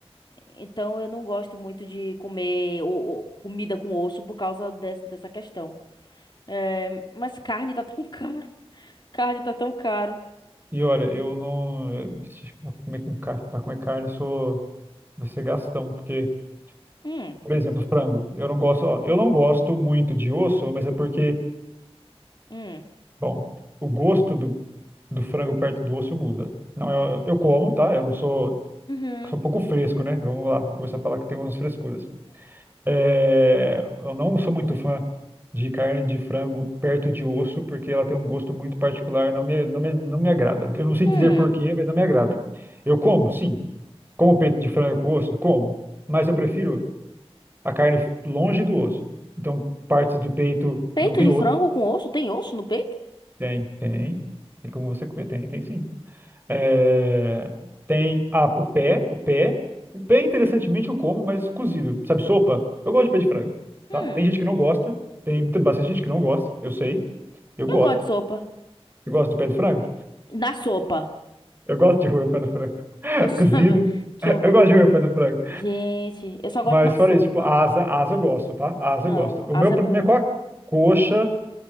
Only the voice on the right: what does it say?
E olha, eu não. eu- Pra comer, com, car- pra comer carne, eu sou. Vai ser gastão. Porque,
por exemplo, frango. Eu não gosto. Ó, eu não gosto muito de osso, mas é porque,
bom, o gosto do, do frango perto do osso muda. Não, eu, eu como, tá? Eu não sou.
Sou um pouco fresco, né? Vamos lá, vou começar a falar que tem umas frescuras. É, eu não sou muito fã de carne de frango perto de osso, porque ela tem um gosto muito particular, não me, não me, não me agrada. Eu não sei
dizer porquê, mas não me agrada. Eu como, sim. Como peito de frango com osso? Como. Mas eu prefiro a carne longe do osso. Então, partes do peito
que não tem
osso,
tem, tem. Tem como você comer, tem, tem sim. É, tem ah, o pé, o pé. O pé, interessantemente, eu como, mas cozido. Sabe, sopa? Eu gosto de pé de frango,
tá? Tem gente que não gosta, tem, tem bastante gente que não gosta, eu sei. Eu gosto.
Eu gosto de pé de frango.
Eu gosto de roer o pé do frango. <laughs>
Cozido.
Eu gosto de roer o pé do frango.
Mas
fora
isso, tipo, asa, asa eu gosto, tá? Asa
eu gosto.
O meu problema
é com a coxa,